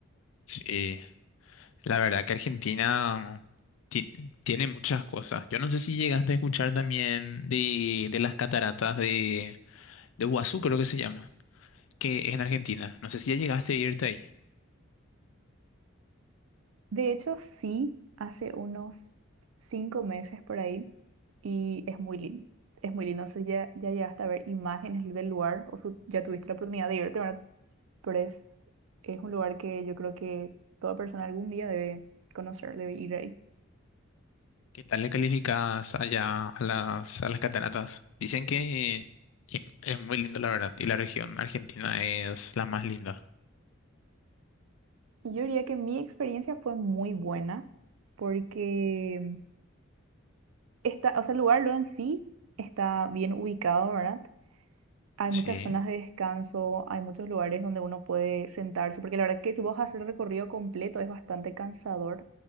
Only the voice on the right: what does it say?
De hecho, sí, hace unos cinco meses por ahí y es muy lindo. Es muy lindo, no sé, ya, ya llegaste a ver imágenes del lugar o su- ya tuviste la oportunidad de irte, ¿verdad? Pero es, es un lugar que yo creo que toda persona algún día debe conocer, debe ir, a
Y Yo diría que mi experiencia fue muy buena porque está, o sea, el lugar lo en sí está bien ubicado, ¿verdad? Hay
muchas zonas de descanso, hay muchos lugares donde uno puede sentarse, porque la verdad que si vos haces el recorrido completo es bastante cansador